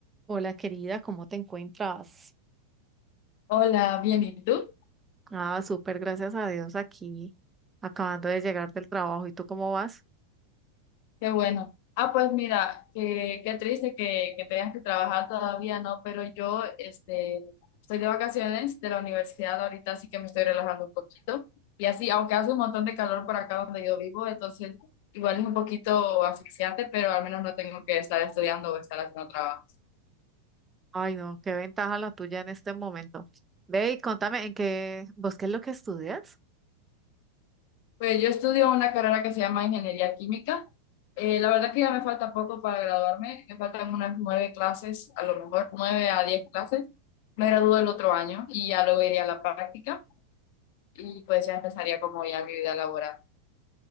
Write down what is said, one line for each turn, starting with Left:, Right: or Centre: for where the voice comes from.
Right: Hola querida, ¿cómo te encuentras?
Left: Hola, bien, ¿y tú?
Right: Ah, súper, gracias a Dios aquí, acabando de llegar del trabajo. ¿Y tú cómo vas?
Left: Qué bueno. Ah, pues mira, qué, qué triste que, que tengas que trabajar todavía, ¿no? Pero yo, este, estoy de vacaciones de la universidad ahorita, así que me estoy relajando un poquito. Y así, aunque hace un montón de calor por acá donde yo vivo, entonces igual es un poquito asfixiante, pero al menos no tengo que estar estudiando o estar haciendo trabajo.
Right: Ay, no, qué ventaja la tuya en este momento. Ve y contame, ¿en qué, vos qué es lo que estudias?
Left: Pues yo estudio una carrera que se llama Ingeniería Química. Eh, la verdad que ya me falta poco para graduarme, me faltan unas nueve clases, a lo mejor nueve a diez clases. Me gradúo el otro año y ya luego iría a la práctica y pues ya empezaría como ya mi vida laboral.